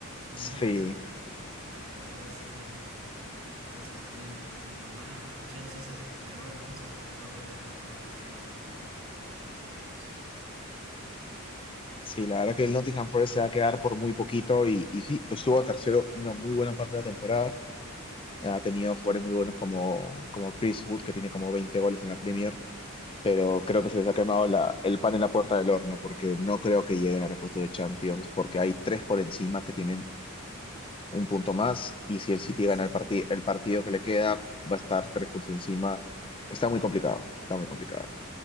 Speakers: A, on the right (about 85°); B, on the left (about 25°).
A: Y Newcastle,
B: Sí,
A: la verdad es que a veces anda bien, a veces anda mal. Chelsea se recuperó, ¿no? Se recuperó de la temporada pasada que quedó en los puestos bajos.
B: sí, la verdad que el Nottingham Forest se va a quedar por muy poquito y, y sí, estuvo tercero una muy buena parte de la temporada. Ha tenido jugadores muy buenos como, como Chris Wood, que tiene como 20 goles en la Premier,
A: Anda.
B: pero creo que se les ha quemado la- el pan en la puerta del horno, porque no creo que lleguen a los puestos de Champions, porque hay tres por encima que tienen un punto más y si el City
A: Y el
B: gana
A: City.
B: el, parti- el partido que le queda, va a estar tres puntos encima. Está muy complicado, está muy complicado.